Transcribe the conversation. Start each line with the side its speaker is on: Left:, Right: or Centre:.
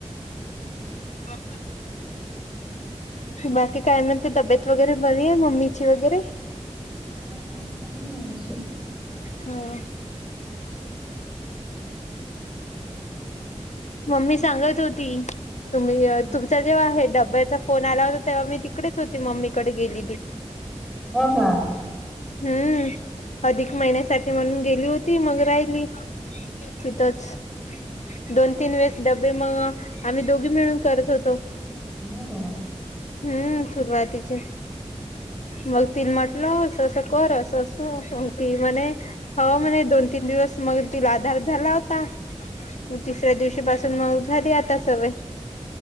Left: <inaudible> बाकी काय म्हणते, तब्येत वगैरे बरी ए मम्मीची वगैरे?
Centre: मग कधी चांगले होशील?
Left: हा <inaudible> मम्मी सांगत होती तुम्ही
Centre: हा
Left: तुमचा जेव्हा हे डब्याचा फोन आला होता, तेव्हा मी तिकडेच होती मम्मीकडे गेलेली. <inaudible>
Centre: हो का?
Left: हम्म, अधिक महिन्यासाठी म्हणून गेली होती मग राहिली. तिथंच. दोन दोन तीन वेळेस डब्बे मग, आम्ही दोघी मिळून करत होतो.
Centre: हो का?
Left: हम्म सुरवातीचे. मग ती म्हटलं अससं कर, असस ती म्हणे, हाव म्हणे दोन तीन दिवस मग तिला आधार झाला होता. मग तिसऱ्या दिवशी पासून मग झाली आता सवय.